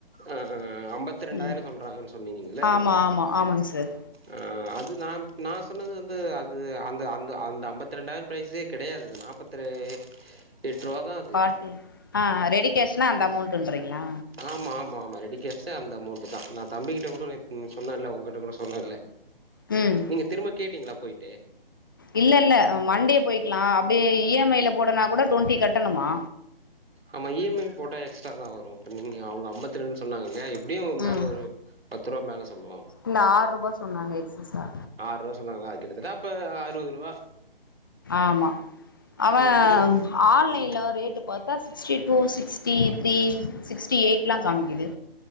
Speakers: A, on the right; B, on the left.
A: அ அ அம்பத்தி ரெண்டாயிரோ
B: ம்
A: சொல்றாங்கன்னு சொன்னீங்கல்ல
B: ஆமா
A: நீங்க
B: ஆமா ஆமாங்க சார்
A: ஆ அது நா நா சொன்னது வந்து அது அந்த அந்த அந்த அம்பத்தி ரெண்டாயிரம் ப்ரைஸ்சே கெடையாது அது நாற்பத்திற் எட்டு ரூவா தா அது
B: பார்ட்டி ஆ ரெடி கேஷ்னா அந்த அமௌண்ட்னுறீங்ளா
A: ஆமா ஆமா ஆமா ரெடிக்கேஷ்னா அந்த அமௌண்ட் தா நா தம்பிக்கிட்ட கூட நேத்து சொன்னேலே உங்கிட்ட கூட சொன்னே இல
B: ம்
A: நீங்க திரும்ப கேட்டீங்களா போய்ட்டு
B: இல்ல இல்ல மண்டே போய்க்கலா அப்டியே இ எம் ஐ ல போடனா கூட டுவெண்ட்டி கட்டணுமா
A: ஆமா இ எம் ஐ போட்டா எக்ஸ்ட்ரா தா வரு இப்ப நீங்க அவுங்க அம்பத்தி ரெண்டு சொன்னாங்க இல்லியா அப்டியு மேலே
B: ம்
A: ஒரு பத்து ரூவா மேலே சொல்லுவாங்க
B: இல்ல ஆறு ரூபா சொன்னாங்க எக்சஸ்சா
A: ஆறு ரூவா சொன்னாங்களா கிட்டத்திட்ட அப்ப அறுவது ரூவா
B: ஆமா அவன்
A: வந்து
B: ஆன்லைன்ல
A: ம்
B: ரேட்டு பாத் பாத்தா sixty two sixty three sixty எயிட்லா காமிக்குது